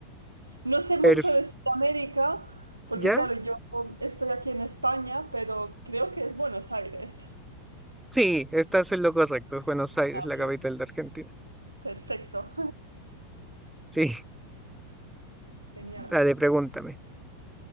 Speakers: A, on the right (about 85°); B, in the centre.
A: No sé mucho
B: Perf-
A: de Sudamérica, porque
B: ¿Ya?
A: claro, yo um, estoy aquí en España, pero creo que es Buenos Aires.
B: Sí, estás en lo correcto. Es Buenos Aires,
A: Ah,
B: la
A: mira,
B: capital de Argentina.
A: perfecto.
B: Sí,
A: <laughs> Genial.
B: dale, pregúntame.